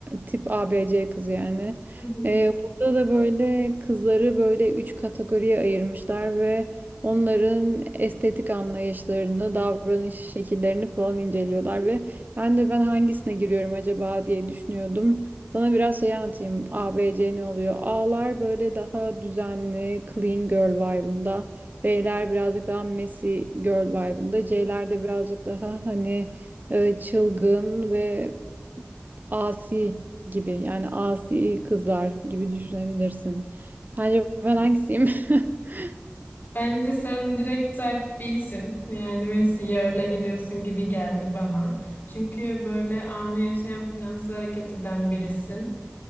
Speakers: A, on the right (about 50°); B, on the left (about 50°).
A: tip A, B, C kızı yani.
B: Hı hı.
A: E, burada da böyle kızları böyle üç kategoriye ayırmışlar ve onların estetik anlayışlarını, davranış şekillerini falan inceliyorlar ve ben de ben hangisine giriyorum acaba diye düşünüyordum. Sana biraz şey anlatayım. A, B, C ne oluyor? A'lar böyle daha düzenli, clean girl vibe'ında. B'ler birazcık daha messy girl vibe'ında. C'ler de birazcık daha hani e, çılgın ve asi gibi. Yani asi kızlar gibi düşünebilirsin. Sence ben hangisiyim? <laughs>
B: Bence sen direkt type B'sin. Yani Messi yarla giriyorsun gibi geldi bana. Çünkü böyle anı yaşayan plansız hareket eden birisin.